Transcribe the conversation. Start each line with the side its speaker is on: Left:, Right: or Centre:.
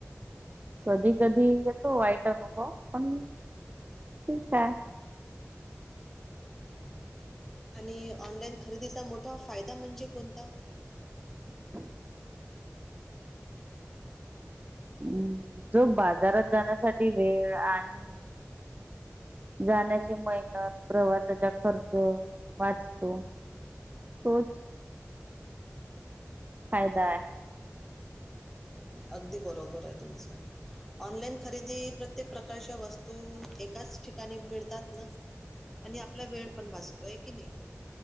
Right: कधी कधी येतो वाईट अनुभव पण ठीक आहे!
Centre: आणि ऑनलाईन खरेदीचा मोठा फायदा म्हणजे कोणता?
Right: <inaudible> हम्, जो बाजारात जाण्यासाठी वेळ आणि. जाण्याची मेहनत प्रवासाचा खर्च वाचतो. हो, फायदा आहे,
Centre: अगदी बरोबर आहे तुमचं? ऑनलाईन खरेदी प्रत्येक प्रकारच्या वस्तू एकाच ठिकाणी मिळतात ना? आणि आपला वेळ पण वाचतोय होय की नाही!